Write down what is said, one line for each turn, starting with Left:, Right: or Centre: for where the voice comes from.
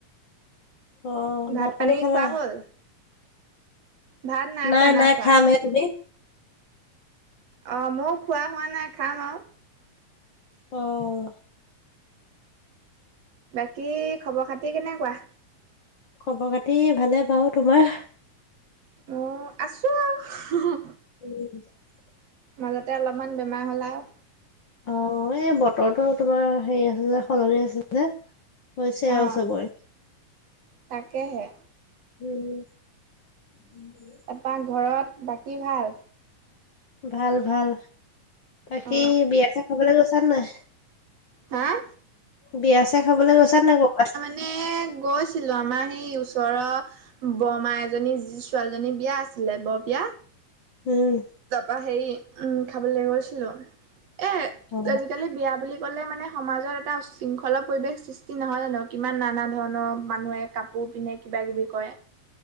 Left: অ।
Right: ভাত
Left: ভাত-পানী
Right: পানী
Left: খালা?
Right: খোৱা হ'ল ভাত
Left: নাই
Right: খোৱা
Left: নাই
Right: খোৱা
Left: খামহে। তুমি?
Right: অ মও খোৱা হোৱা নাই খাম আও।
Left: অ'
Right: বাকী খবৰ-খাতি কেনেকুৱা?
Left: খবৰ-খাতি ভালে বাওঁ, তোমাৰ?
Right: অঁ, আছোঁ হোঁ হোঁ।
Left: ৰিলছ
Right: মাজতে অলপমান বেমাৰ হ'ল আও।
Left: অ' এই বতৰটো তোমাৰ হেৰি হৈছে যে, সলনি হৈছে যে। হৈছে
Right: অ
Left: আও চবৰে।
Right: তাকেহে
Left: উম। <unintelligible>
Right: তা পা ঘৰত বাকী ভাল?
Left: ভাল-ভাল। বাকী
Right: অ
Left: বিয়া-ছিয়া খাবলে গৈছানে নাই?
Right: হাঁ।
Left: বিয়া-ছিয়া খাবলে গৈছানে নাই ক'বাত?
Right: এই গৈছিলোঁ আমাৰ সেই ওচৰৰ বৰ্মা এজনী ছোৱালীজনীৰ বিয়া আছিলে বৰ বিয়া।
Left: হোঁ।
Right: তা পা হেৰি উম খাবলে গৈছিলোঁ। এ
Left: অ,
Right: আজিকালি বিয়া বুলি ক'লে মানে সমাজত এটা উচ্ছৃংখলৰ পৰিৱেশ সৃষ্টি নহয় জানো? কিমান নানা ধৰণৰ মানুহে কাপ পোৰ পিন্ধে কিবাকিবি কৰে।